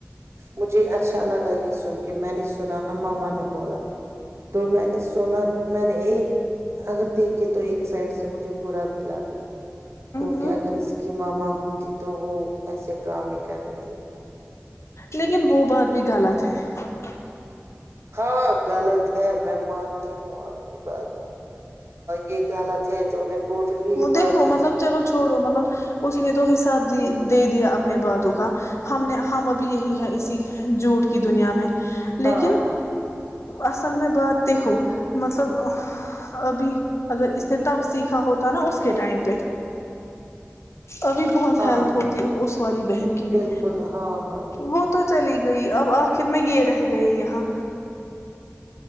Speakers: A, on the right (about 65°); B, on the left (about 65°).
A: مجھے اچھا لگا یہ سن کے میں نے سنا ن ماما نے بولا تو میں نے سنا میں نے ایک اگر دیکھے تو ایک سائڈ سے مجھے برا بھی لگا کیونکہ
B: ہوں
A: اگر اس کی ماما ہو ت تو وہو ایسے کا نہیں کرنی تت
B: لیکن وہ بات بھی غلط ہے <unintelligible>
A: ہاں غلط ہے میں مانتی ہوں آپ کی بات یہ غلط ہے جو میں یہ
B: وہ دیکھو
A: بات ہی
B: مطلب چلو چھوڑو مطلب اس نے تو حساب د دے دیا اپنے باتوں کا ہم نے ہم ابھی یہی ہے اسی جھوٹ کی دنیا میں
A: ہاں
B: لیکن
A: ہاں
B: اصل میں بات دیکھو مطلب ابھی اگر اس نے تب سیکھا ہو تو نا اس کے ٹائم پہ ابھی بہت
A: ہاں
B: ہیلپ ہوتی اس والی بہن کی
A: بالکل
B: بھی
A: ہاں ہاں
B: وہ تو چلی گئی اب آخر میں یہ رہ گیا یہاں